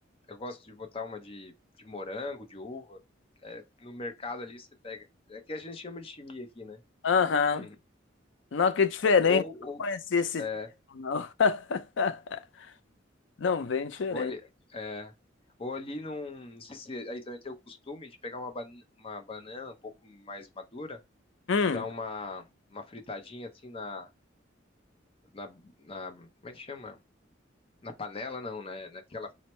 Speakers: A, on the left (about 30°); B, on the left (about 70°).
A: Eu gosto de botar uma de, de morango, de uva. É, no mercado ali você pega. É que a gente chama de chimia aqui, né?
B: Aham.
A: <laughs>
B: Não, que é diferente.
A: E Ou,
B: Não
A: ou,
B: conhecia esse
A: é,
B: termo, não. <laughs> Não, bem diferente.
A: ou ali, é, ou ali num. Não sei se aí também tem o costume de pegar uma, bana- uma banana um pouco mais madura.
B: Hum.
A: dá uma, uma fritadinha assim na, na, na. Como é que chama? Na panela, não, né? Naquela